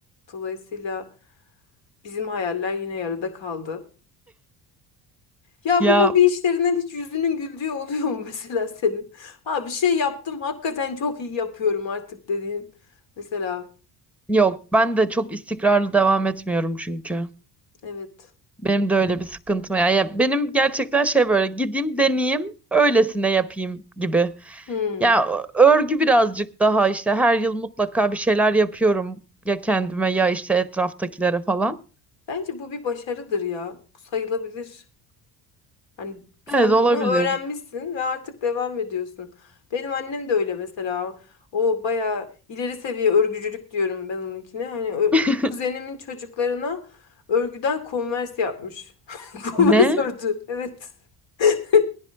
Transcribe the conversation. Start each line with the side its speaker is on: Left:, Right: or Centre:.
Left: Dolayısıyla bizim hayaller yine yarıda kaldı. Ya
Centre: Ya
Left: bu hobi işlerinden hiç yüzünün güldüğü oluyor mu <laughs> mesela senin? Ha bir şey yaptım hakikaten çok iyi yapıyorum artık dediğin. Mesela
Centre: yok ben de çok istikrarlı devam etmiyorum çünkü.
Left: evet.
Centre: Benim de öyle bir sıkıntım var. Ya benim gerçekten şey böyle gideyim deneyeyim öylesine yapayım gibi.
Left: Hmm.
Centre: Ya örgü birazcık daha işte her yıl mutlaka bir şeyler yapıyorum. Ya kendime ya işte etraftakilere falan.
Left: Bence bu bir başarıdır ya. Bu sayılabilir. Hani sen
Centre: Evet olabilir.
Left: bunu öğrenmişsin ve artık devam ediyorsun. Benim annem de öyle mesela. O bayağı ileri seviye örgücülük diyorum ben onunkine. Hani ö-
Centre: <laughs>
Left: kuzenimin çocuklarına örgüden konvers yapmış. <laughs> Konvers
Centre: Ne?
Left: ördü. Evet. <laughs>